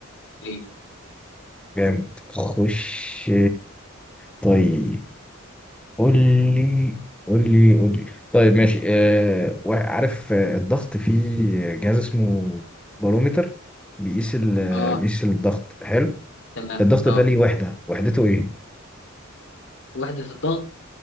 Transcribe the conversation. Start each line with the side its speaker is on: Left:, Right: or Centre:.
Left: ليه
Centre: جامد خش طيب قول لي قول لي قول لي طيب ماشي آه وا- عارف آه، الضغط في جهاز اسمه بارومتر بيقيس ال- آه،
Left: اه
Centre: بيقيس الضغط حلو
Left: تمام
Centre: الضغط
Left: اه
Centre: ده ليه وحدة وحدته ايه
Left: وحدة الضغط